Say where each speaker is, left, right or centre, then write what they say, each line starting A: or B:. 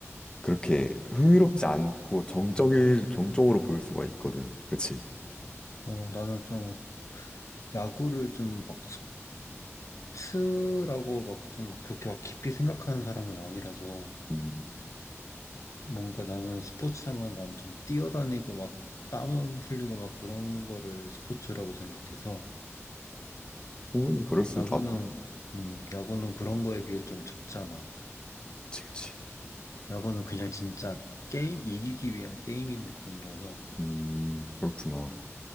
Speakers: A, on the left; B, on the left.
A: 그렇게 흥미롭지 않고 정적일, 정적으로 보일 수가 있거든. 그치?
B: 어, 나는 좀 야구를 좀 막 스포츠라고 막 좀 막 그렇게 막 깊이 생각하는 사람은 아니라서
A: 음,
B: 뭔가 나는 스포츠 하면 난 좀 뛰어다니고 막 땀 흘리고 막 그런 거를 스포츠라고 생각해서
A: 충분히 그럴 수,
B: 야구는
A: 나,
B: 음, 야구는 그런 거에 비해 좀 적잖아.
A: 그치, 그치.
B: 야구는 그냥 진짜 게임 이기기 위한 게임인 느낌이라서
A: 음, 그렇구나.